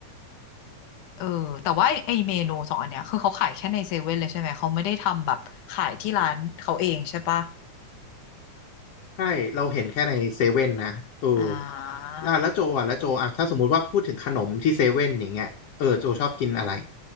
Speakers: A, on the left; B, on the left.
A: เออแต่ว่าไอ้ไอ้เมนูสองอันเนี้ยคือเขาขายแค่ในเซเว่นเลยใช่ไหมเขาไม่ได้ทำแบบขายที่ร้านเขาเองใช่ปะ
B: ใช่เราเห็นแค่ในเซเว่นนะเออ
A: อ่า
B: อ่ะแล้วโจอ่ะแล้วโจอ่ะถ้าสมมุติว่าพูดถึงขนมที่เซเว่นอย่างเงี้ยเออโจชอบกินอะไร